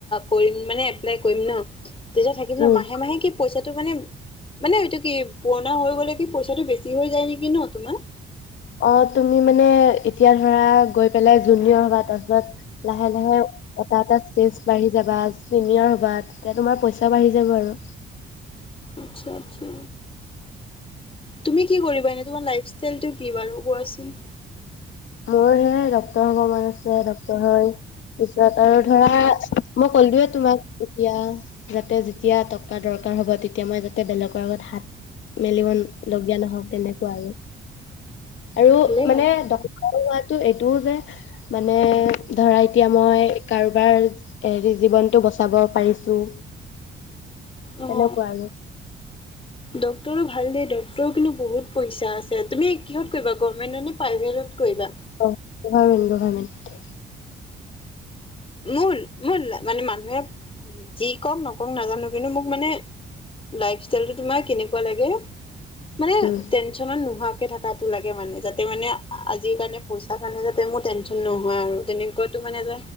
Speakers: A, on the left (about 25°); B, on the left (about 75°).
A: কৰিম মানে এপ্লাই কৰিম ন', তেতিয়া থাকিব ন,
B: উম
A: মাহে -মাহে কি পইচা তো মানে মানে এইটো কি পুৰণা হৈ গ'লে কি পইচাটো বেছি হৈ যায় নেকি ন, তোমাৰ?
B: অঁ তুমি মানে এতিয়া ধৰা গৈ পেলাই জুনিয়ৰ হবা তাৰপিছত লাহে লাহে এটা এটা ষ্টেজ বাঢ়ি যাবা, চিনিয়ৰ হবা তেতিয়া তোমাৰ পইচা বাঢ়ি যাব আৰু।
A: আচ্ছা আচ্ছা। তুমি কি কৰিবা এনে তোমাৰ লাইফষ্টাইলটো কি বাৰু, কোৱাচোন?
B: মোৰ হে ডাক্তৰ হব মন আছে, ডাক্তৰ হোৱাৰ ইচ্ছা আৰু, ধৰা মই কলোৱে তোমাক তেতিয়া যাতে যেতিয়া টকা দৰকাৰ হব তেতিয়া মই যাতে বেলেগৰ আগত হাত মেলিব লগীয়া নহওক তেনেকুৱা আৰু। আৰু
A: ভালেই
B: মানে
A: বাৰু
B: ড হোৱাটো এইটোও যে মানে ধৰা এতিয়া মই কাৰোবাৰ হেৰি জীৱনতটো বচাব পাৰিছো।
A: অঁ
B: তেনেকুৱা আৰু
A: ডাক্টৰটো ভাল দেই ড্ট তোৰ কিন্তু বহুত পইচা আছে। তুমি কিহত কৰিবা গভৰ্মেণ্টত নে প্ৰাইভেটত কৰিবা?
B: অ গভৰ্ণমেণ্ট গভৰ্ণমেণ্ট।
A: মোৰ মোৰ মানে মানুহে যি কওক নকওক নাজানো কিন্তু মোক মানে লাইফষ্টাইলটো তোমাৰ এনেকুৱা লাগে মানে
B: উম
A: টেনচনত নোহাৱা কে থাটো লাগে মানে যাতে মানে আজিৰ কাৰণে পইচা কাৰণে যাতে মোৰ টেনচন নহয় আৰু তেনেকুৱোটো মানে যে